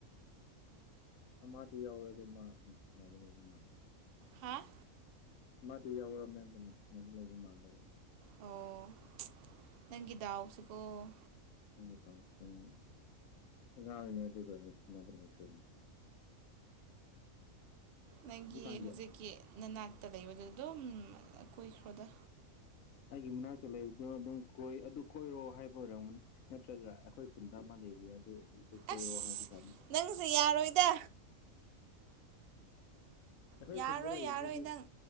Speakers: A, on the left; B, on the right.
A: ꯑꯃꯗꯤꯗꯤ ꯌꯥꯎꯋꯦ ꯑꯗꯨ ꯃꯥ ꯅꯨꯡꯁꯤꯅꯕꯅꯦ ꯑꯗꯨ ꯃꯥꯜꯂ
B: ꯍꯥꯥ
A: ꯃꯥꯗꯤ ꯌꯥꯎꯔ ꯃꯌꯥꯝꯕ ꯅꯨꯡꯁꯤꯅꯕ ꯂꯩꯕ ꯃꯜꯂ
B: ꯑꯣ ꯅꯪꯒꯤ ꯗꯥꯎꯁꯤꯀꯣ
A: ꯏꯒꯤꯇꯥꯎꯁꯤꯡ ꯑꯉꯥꯡꯔꯤꯅ ꯑꯗꯨꯒ ꯅꯨꯡꯁꯤꯕ ꯂꯩꯖꯣꯏꯅꯦ
B: ꯅꯪꯒꯤ
A: ꯍꯧꯖꯤꯛꯀꯥꯟꯒꯤ
B: ꯍꯧꯖꯤꯛꯀꯤ ꯅꯅꯥꯛꯇ ꯂꯩꯕꯗꯨ ꯑꯗꯨꯝ ꯀꯨꯏꯈ꯭ꯔꯣꯗ
A: ꯑꯩꯒꯤ ꯃꯅꯥꯛꯇ ꯂꯩꯕꯗꯨ ꯑꯗꯨꯝ ꯀꯣꯏ ꯑꯗꯨ ꯀꯣꯏꯔꯣ ꯍꯥꯏꯕ ꯑꯣꯏꯔꯝꯃꯅꯤ ꯅꯠꯇ꯭ꯔꯒ ꯑꯩꯈꯣꯏ ꯈꯨꯟꯗ ꯑꯃ ꯂꯩꯔꯤ ꯑꯗꯨꯗꯨ ꯀꯣꯏꯔꯣ
B: ꯑꯁ
A: ꯍꯥꯏꯅ ꯇꯥꯅꯤ
B: ꯅꯪꯁꯦ ꯌꯥꯔꯣꯏꯗ
A: ꯑꯩꯈꯣꯏ
B: ꯌꯥꯔꯣꯏ
A: ꯈꯨꯟꯗ ꯂꯩꯕꯕꯁꯤꯗꯤ
B: ꯌꯥꯔꯣꯏ ꯅꯪ